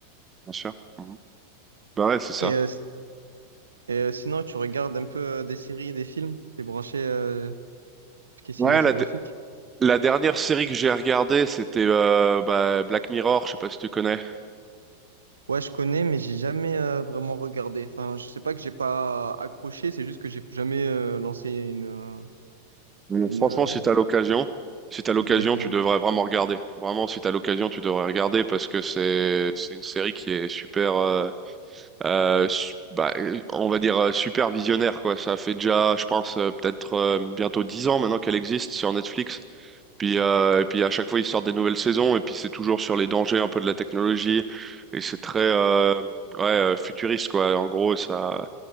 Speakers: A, on the right; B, on the right.
A: bien sûr. Mhm. Bah ouais, c'est ça.
B: Et, euh, s- et euh, sinon, tu regardes un peu euh, des séries, des films, t'es branché, euh, ce qui est cinématographique?
A: Ouais, la, de- la dernière série que j'ai regardée, c'était euh, bah, Black Mirror. Je sais pas si tu connais.
B: Ouais, je connais, mais j'ai jamais euh, vraiment regardé. Enfin, je sais pas que j'ai pas accroché, c'est juste que j'ai jamais euh, lancé une, euh,
A: Donc,
B: une,
A: franchement,
B: euh,
A: si t'as l'occasion, si t'as l'occasion,
B: un épisode.
A: tu devrais vraiment regarder. Vraiment, si t'as l'occasion, tu devrais regarder parce que c'est c'est une série qui est super, euh, euh, su- bah, euh, on va dire euh, super visionnaire quoi. Ça fait déjà, je pense, euh, peut-être euh, bientôt 10 ans maintenant qu'elle existe sur Netflix. Puis euh, et puis à chaque fois ils sortent des nouvelles saisons et puis c'est toujours sur les dangers un peu de la technologie et c'est très euh, ouais euh, futuriste quoi. En gros, ça